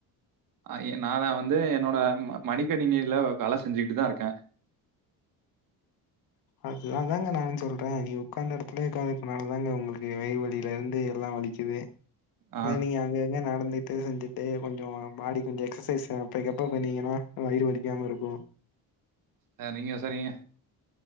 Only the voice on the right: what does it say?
ஆ எ நா வந்து என்னோட மடிக்கணினில வேல செஞ்சுட்டுதா இருக்கே
ஆ
சரிங்க சரிங்க